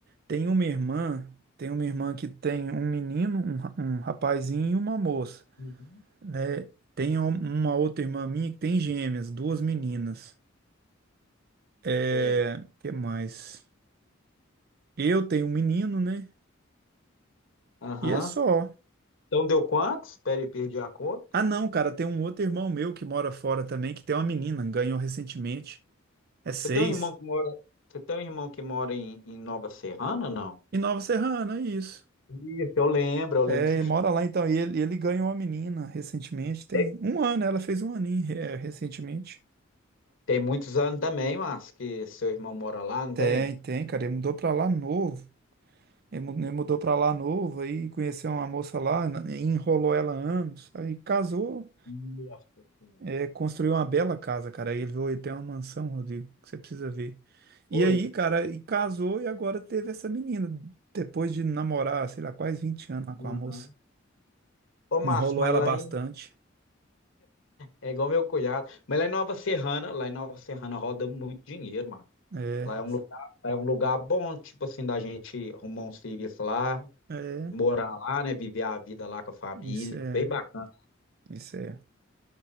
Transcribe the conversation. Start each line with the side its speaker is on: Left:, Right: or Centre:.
Right: Tem uma irmã. Tem uma irmã que tem um menino, um, ra- um rapazinho e uma moça.
Left: Uhum.
Right: né? Tem um- uma outra irmã minha que tem gêmeas, duas meninas. É,
Left: É.
Right: que mais? Eu tenho um menino, né?
Left: Aham.
Right: E é só.
Left: Então deu quantos? Espera aí, perdi a conta.
Right: Ah, não, cara, tem um outro irmão meu que mora fora também, que tem uma menina, ganhou recentemente. É seis.
Left: Você tem um irmão que mora, você tem um irmão que mora em, em Nova Serrana, não?
Right: E Nova Serrana, é isso.
Left: Isso, eu lembro, eu lembro.
Right: É, ele mora lá então. E ele, ele ganhou uma menina recentemente, tem
Left: Tem,
Right: um ano, ela fez um aninho, é, recentemente.
Left: tem muitos anos também, mas que seu irmão mora lá, não
Right: Tem,
Left: tem?
Right: tem, cara, ele mudou pra lá novo. Ele mu- ele mudou pra lá novo, aí conheceu uma moça lá, na- enrolou ela anos, aí casou,
Left: Nossa Senhora.
Right: é, construiu uma bela casa, cara. Aí ele veio ter uma mansão, Rodrigo, que você precisa ver. E
Left: Oi.
Right: aí, cara, e casou e agora teve essa menina, depois de namorar, sei lá, quase 20 anos lá com a moça.
Left: Aham. Ô, Márcio,
Right: Enrolou
Left: mas
Right: ela
Left: lá
Right: bastante.
Left: em É igual meu cunhado. Mas lá em Nova Serrana, lá em Nova Serrana roda muito dinheiro, mano.
Right: É,
Left: Lá é um lugar, lá é um lugar bom, tipo assim, da gente arrumar um serviço lá,
Right: é,
Left: morar lá, né? Viver a vida lá com a família.
Right: isso é,
Left: Bem bacana.
Right: isso é.